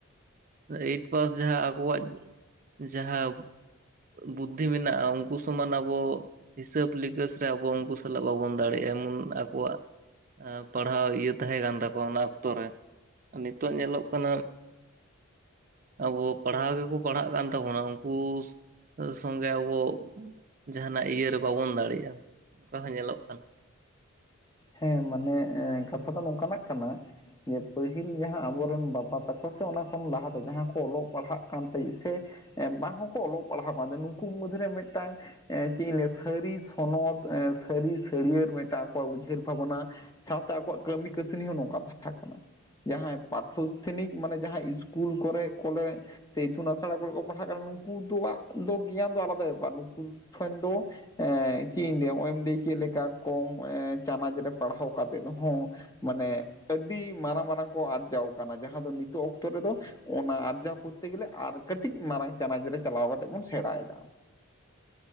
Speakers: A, on the right; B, on the left.
A: ᱮᱭᱤᱴ ᱯᱟᱥ ᱡᱟᱦᱟᱸ ᱟᱠᱚᱣᱟᱜ ᱡᱟᱦᱟᱸ ᱵᱩᱫᱽᱫᱷᱤ ᱢᱮᱱᱟᱜ-ᱟ ᱩᱱᱠᱩ ᱥᱚᱢᱟᱱ ᱟᱵᱚ ᱦᱤᱥᱟᱹᱵ ᱞᱤᱠᱟᱹᱥ ᱨᱮ ᱟᱵᱚ ᱩᱱᱠᱩ ᱥᱟᱞᱟᱜ ᱵᱟᱵᱚᱱ ᱫᱟᱲᱮᱭᱟᱜᱟ ᱮᱢᱚᱱ ᱟᱠᱚᱣᱟᱜ ᱯᱟᱲᱦᱟᱣ ᱤᱭᱟᱹ ᱛᱟᱦᱮᱸ ᱠᱟᱱ ᱛᱟᱠᱚᱣᱟ ᱚᱱᱟ ᱚᱠᱛᱚ ᱨᱮ ᱱᱤᱛᱚᱜ ᱧᱮᱞᱚᱜ ᱠᱟᱱᱟ ᱟᱵᱚ ᱯᱟᱲᱦᱟᱣ ᱜᱮᱠᱚ ᱯᱟᱲᱦᱟᱜ ᱠᱟᱱ ᱛᱟᱵᱚᱱᱟ ᱩᱱᱠᱩ ᱥᱚᱸᱜᱮ ᱟᱵᱚ ᱡᱟᱦᱟᱱᱟᱜ ᱤᱭᱟ. ᱨᱮ ᱵᱟᱵᱚᱱ ᱫᱟᱲᱮᱭᱟᱜ-ᱟ ᱚᱱᱠᱟ ᱦᱚᱸ ᱧᱮᱞᱚᱜ ᱠᱟᱱᱟ᱾
B: ᱦᱮᱸ ᱢᱟᱱᱮ ᱠᱟᱛᱷᱟ ᱫᱚ ᱱᱚᱝᱠᱟ ᱱᱟᱜ ᱠᱟᱱᱟ ᱡᱮ ᱯᱟᱹᱦᱤᱞ ᱡᱟᱦᱟᱸ ᱟᱵᱚᱨᱮᱱ ᱵᱟᱵᱟ ᱛᱟᱠᱚ ᱥᱮ ᱚᱱᱟ ᱠᱷᱚᱱ ᱞᱟᱦᱟᱛᱮ ᱡᱟᱦᱟᱸ ᱠᱚ ᱚᱞᱚᱜ ᱯᱟᱲᱦᱟᱜ ᱠᱟᱱ ᱛᱟᱦᱮᱸ ᱥᱮ ᱵᱟᱝ ᱦᱚᱸᱠᱚ ᱚᱞᱚᱜ ᱯᱟᱲᱦᱟᱣᱟ ᱠᱟᱱ ᱛᱟᱦᱮᱱ ᱱᱩᱠᱩ ᱢᱩᱫᱽ ᱨᱮ ᱢᱤᱫᱴᱟᱝ ᱪᱮᱫ ᱤᱧ ᱞᱟᱹᱭᱟ ᱥᱟᱹᱨᱤ ᱥᱚᱱᱚᱛ ᱥᱟᱹᱨᱤ ᱥᱟᱹᱲᱭᱟᱹᱲ ᱢᱤᱫᱴᱟᱝ ᱠᱚᱣᱟᱜ ᱩᱭᱦᱟᱹᱨ ᱛᱟᱵᱚᱱᱟ ᱥᱟᱶᱛᱮ ᱟᱠᱚᱣᱟᱜ ᱠᱟᱹᱢᱤ ᱠᱟᱹᱥᱱᱤ ᱦᱚᱸ ᱱᱚᱝᱠᱟ ᱛᱟᱦᱮᱸ ᱠᱟᱱᱟ᱾ ᱡᱟᱦᱟᱸᱭ ᱯᱟᱴᱷᱚᱥᱛᱷᱟᱱᱤᱠ ᱢᱟᱱᱮ ᱡᱟᱦᱟᱸ ᱤᱥᱠᱩᱞ ᱠᱚᱨᱮᱜ ᱠᱚᱨᱮᱜ ᱥᱮ ᱤᱛᱩᱱ ᱟᱥᱲᱟ ᱠᱚᱨᱮ ᱠᱚ ᱯᱟᱲᱦᱟᱜ ᱠᱟᱱᱟ ᱱᱩᱠᱩ ᱫᱚᱣᱟᱜ ᱫᱚ ᱜᱮᱭᱟᱱ ᱫᱚ ᱟᱞᱟᱫᱟ ᱵᱮᱯᱟᱨ ᱫᱚ ᱮᱸ ᱪᱮᱫ ᱤᱧ ᱞᱟᱹᱭᱟ ᱱᱚᱜᱚᱭ ᱮᱢ ᱞᱟᱹ ᱠᱮᱫ ᱞᱮᱠᱟ ᱠᱚᱢ ᱮᱸ ᱪᱟᱱᱟᱪ ᱨᱮ ᱯᱟᱲᱦᱟᱣ ᱠᱟᱛᱮᱫ ᱦᱚᱸ ᱢᱟᱱᱮ ᱟᱹᱰᱤ ᱢᱟᱨᱟᱝ ᱢᱟᱨᱟᱝ ᱠᱚ ᱟᱨᱡᱟᱣ ᱠᱟᱱᱟ ᱡᱟᱦᱟᱸ ᱫᱚ ᱱᱤᱛᱚᱜ ᱚᱠᱛᱚ ᱨᱮᱫᱚ ᱚᱱᱟ ᱟᱨᱡᱟᱣ ᱠᱚᱨᱛᱮ ᱜᱮᱞᱮ ᱟᱨ ᱠᱟᱹᱴᱤᱡ ᱢᱟᱨᱟᱝ ᱪᱟᱱᱟᱪ ᱨᱮ ᱪᱟᱞᱟᱣ ᱠᱟᱛᱮ ᱵᱚᱱ ᱥᱮᱲᱟᱭᱮᱫᱟ᱾